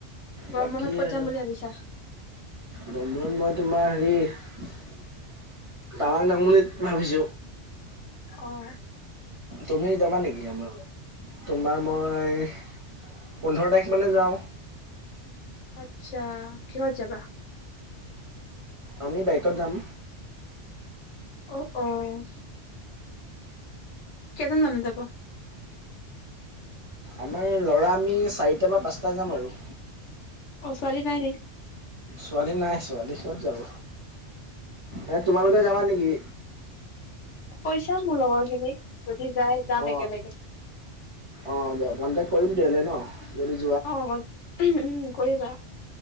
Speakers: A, on the left; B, on the right.
A: গৰম
B: বাকী
A: বন্ধত ক'ত
B: আৰু
A: যাম বুলি ভাবিছা
B: গৰম বন্ধত মই তোমাৰ হেৰি তাৱাং যাম বুলি ভাবিছো
A: অ',
B: তুমি যাবা নেকি আমাৰ <unintelligible> তোমাৰ মই পোন্ধৰ তাৰিখ মানে যাওঁ
A: আচ্ছা, কিহত যাবা
B: আমি বাইকত যাম
A: অ', কেজন মানু যাব
B: আমাৰ এই ল'ৰা আমি চাৰিটা বা পাঁচটা যাম আৰু
A: অ ', ছোৱালী নাই <unintelligible>
B: ছোৱালী নাই ছোৱালী ক'ত যাব, এ তোমালোকে যাবা নেকি?
A: কৈ চাও মোৰ লগৰ খিনিক যদি যায় যাম
B: অ
A: একেলগে
B: অ', দিয়া কণ্টেক্ট কৰিম তেতিয়াহ'লে ন
A: অ', উম, কৰিবা।